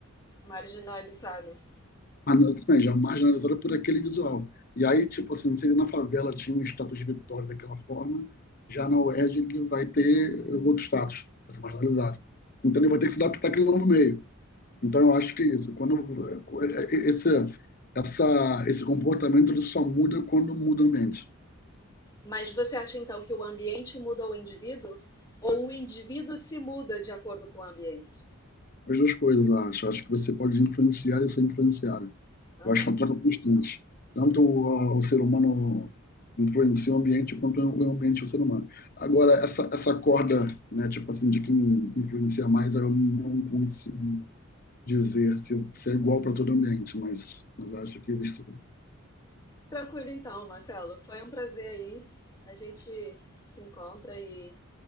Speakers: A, on the left; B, on the left.
A: marginalizado.
B: mas assim, já é marginalizada por aquele visual. E aí, tipo assim, se ele na favela tinha um status de vitória daquela forma, já na UERJ ele vai ter outro status, vai ser marginalizado. Então ele vai ter que se adaptar àquele novo meio. Então eu acho que é isso. Quando é, é, esse, essa, esse comportamento ele só muda quando muda o ambiente.
A: Mas você acha então que o ambiente muda o indivíduo? Ou o indivíduo se muda de acordo com o ambiente?
B: As duas coisas, eu acho. Eu acho que você pode influenciar e ser influenciado.
A: Aham.
B: Eu acho que é uma troca constante. Tanto o, o ser humano influencia o ambiente, quanto o ambiente o ser humano. Agora, essa, essa corda, né, tipo assim, de quem influencia mais, eu não consigo dizer se, se é igual para todo ambiente, mas, mas acho que existe.
A: Tranquilo então, Marcelo. Foi um prazer aí. A gente se encontra e,